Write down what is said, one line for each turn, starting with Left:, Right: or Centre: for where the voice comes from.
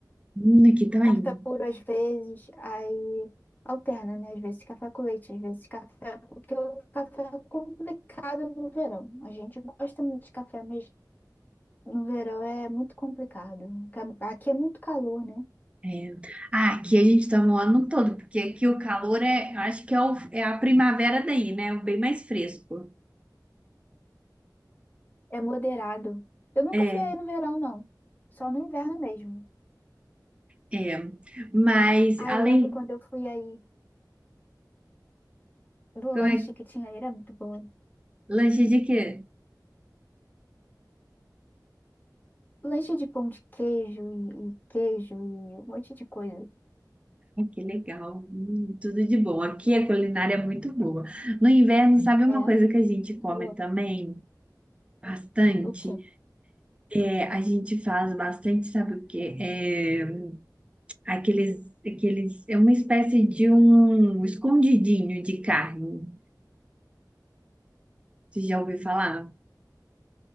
Right: Hum, aqui também.
Left: Café puro às vezes, aí alterna, né? Às vezes café com leite, às vezes café, porque o café é complicado no verão. A gente gosta muito de café, mas no verão é muito complicado. Ca- Aqui é muito calor, né?
Right: É. Ah, aqui a gente toma o ano todo, porque aqui o calor é, eu acho que é, o- é a primavera daí, né? É O bem mais fresco.
Left: É moderado. Eu nunca
Right: É,
Left: fui aí no verão, não. Só no inverno mesmo.
Right: é. Mas
Left: Ah,
Right: além,
Left: eu lembro quando eu fui aí. do lanche
Right: como é,
Left: que tinha ali era muito bom.
Right: lanche de quê?
Left: Lanche de pão de queijo e, e queijo e um monte de coisa.
Right: Ah, que legal. Hum, tudo de bom. Aqui a culinária é muito boa. No inverno, sabe uma
Left: É,
Right: coisa que a gente come
Left: boa.
Right: também? Bastante.
Left: O quê?
Right: É, a gente faz bastante, sabe o quê? É, Aqueles, aqueles, é uma espécie de um escondidinho de carne. Você já ouviu falar?